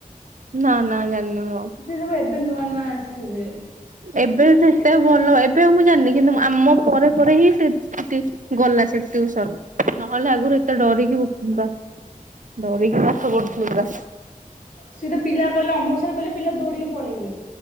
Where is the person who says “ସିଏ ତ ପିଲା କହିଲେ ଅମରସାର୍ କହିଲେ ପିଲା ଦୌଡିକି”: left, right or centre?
Left